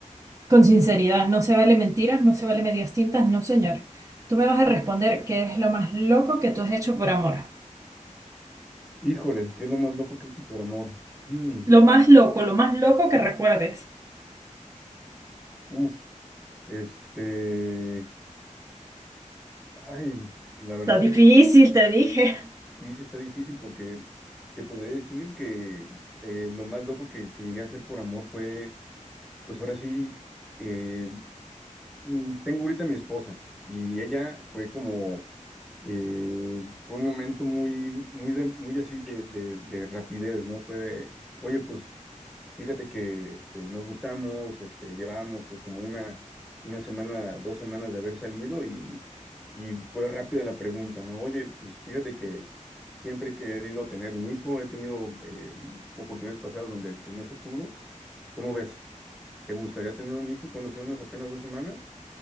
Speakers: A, on the right; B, in the centre.
A: con sinceridad. No se vale mentiras, no se vale medias tintas, no señor. Tú me vas a responder qué es lo más loco que tú has hecho por amor.
B: Híjole, ¿qué es lo más loco que hice por amor? Mm,
A: Lo más loco, lo más loco que recuerdes.
B: uf, este, ay, la verdad.
A: Está difícil, te dije. <laughs>
B: Sí, sí está difícil porque te podré decir que eh, lo más loco que, que llegué a hacer por amor fue, pues ahora sí, eh, mm, tengo ahorita a mi esposa y ella fue como, eh, fue un momento muy, muy, de- muy así de, de, de rapidez, ¿no? Fue de, oye, pues Fíjate que este, nos gustamos, este, llevábamos como una, una semana, dos semanas de haber salido y, y fue rápida la pregunta, ¿no? Oye, pues fíjate que siempre he querido tener un hijo, he tenido eh, oportunidades pasadas donde pues, no se pudo. ¿Cómo ves? ¿Te gustaría tener un hijo? Conocernos apenas dos semanas.